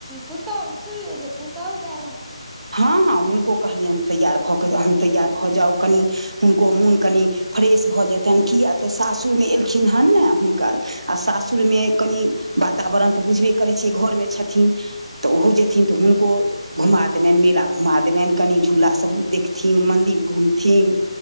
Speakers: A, in the centre; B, on the right.
A: पूतोहु सुनलहु जे पुतोहु यैल हे
B: हँ हँ हुनको कहलियनि तैयार भऽ कऽ अहूँ तैयार भऽ जाउ कनि हुनको मोन कनि फ्रेश भऽ जेतन किया तऽ सासुरमे एलखिन हेन ने हुनकर आ सासुरमे कनि वातावरण तऽ बुझबे करै छै घरमे छथिन तऽ ओहो जेथिन तऽ हुनको घुमा देबनि मेला घुमा देबनि कनि झूला सभ देखथिन मन्दिर घुमथिन